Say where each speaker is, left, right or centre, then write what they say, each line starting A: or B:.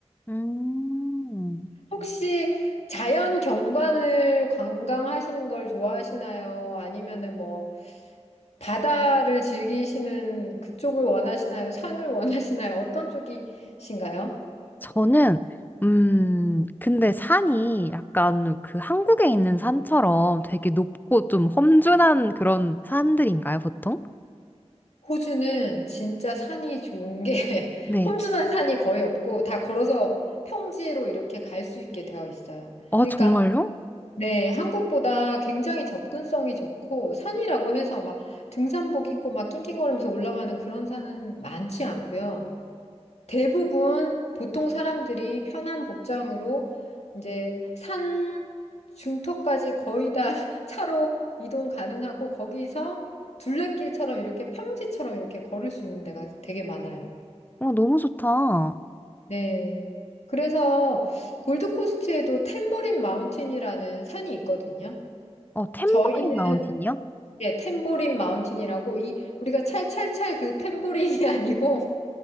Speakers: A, on the left (about 15°); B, on the left (about 70°).
A: 음,
B: 혹시 자연 경관을 관광하시는 걸 좋아하시나요? 아니면은 뭐 바다를 즐기시는 그쪽을 원하시나요? 산을 <laughs> 원하시나요? 어떤 쪽이신가요?
A: 저는, 음, 근데 산이 약간 그 한국에 있는 산처럼 되게 높고 좀 험준한 그런 산들인가요, 보통?
B: 호주는 진짜 산이 좋은 게 <laughs>
A: 네.
B: 험준한 산이 거의 없고 다 걸어서 평지로 이렇게 갈 수 있게 되어 있어요.
A: 아,
B: 그러니까
A: 정말요?
B: 네, 한국보다 굉장히 접근성이 좋고 산이라고 해서 막 등산복 입고 막 낑낑거리면서 올라가는 그런 산은 많지 않고요. 대부분 보통 사람들이 편한 복장으로 이제 산 중턱까지 거의 다 <laughs> 차로 이동 가능하고 거기서 둘레길처럼 이렇게 평지처럼 이렇게 걸을 수 있는 데가 되게 많아요.
A: 어, 너무 좋다.
B: 네. 그래서 골드코스트에도 탬버린 마운틴이라는 산이 있거든요.
A: 어, 탬버린
B: 저희는
A: 마운틴이요?
B: 예, 탬버린 마운틴이라고 이 우리가 찰찰찰 그 탬버린이 <laughs> 아니고